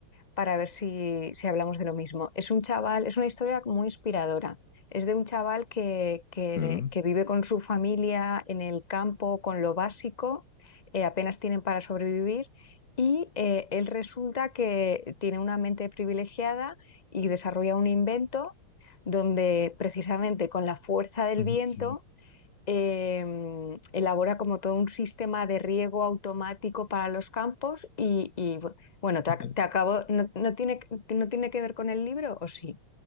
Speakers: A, on the left (about 25°); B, on the left (about 45°).
A: para ver si, si hablamos de lo mismo. Es un chaval, es una historia muy inspiradora. Es de un chaval que, que-
B: Claro.
A: que vive con su familia en el campo, con lo básico, eh, apenas tienen para sobrevivir y eh, él resulta que tiene una mente privilegiada y desarrolla un invento donde precisamente con la fuerza del
B: Ok.
A: viento em, elabora como todo un sistema de riego automático para los campos y, y, bu- bueno, te,
B: <laughs>
A: ac- te acabo, no, no tiene, no tiene que ver con el libro o sí?